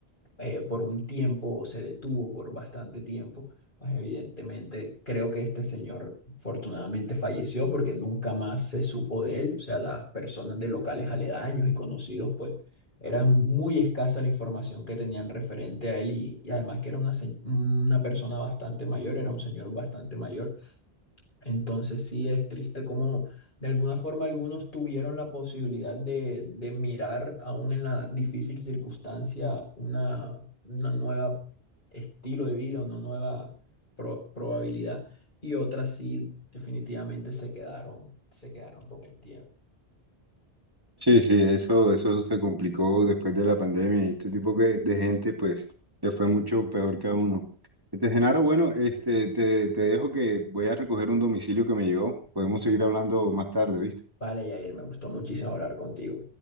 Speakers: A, on the left; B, on the right.
A: eh, por un tiempo, se detuvo por bastante tiempo. Pues evidentemente creo que este señor afortunadamente falleció porque nunca más se supo de él. O sea, las personas de locales aledaños y conocidos, pues era muy escasa la información que tenían referente a él y, y además que era una, se- una persona bastante mayor, era un señor bastante mayor. Entonces sí es triste como de alguna forma algunos tuvieron la posibilidad de, de mirar aún en la difícil circunstancia una, una nueva estilo de vida, una nueva pro- probabilidad y otras sí definitivamente se quedaron, se quedaron con el tiempo.
B: Sí, sí, eso, eso se complicó después de la pandemia y este tipo que- de gente, pues, le fue mucho peor que a uno. Este, Genaro, bueno, este, te, te dejo que voy a recoger un domicilio que me llegó. Podemos seguir hablando más tarde, ¿viste?
A: Vale, Yair, me gustó muchísimo hablar contigo.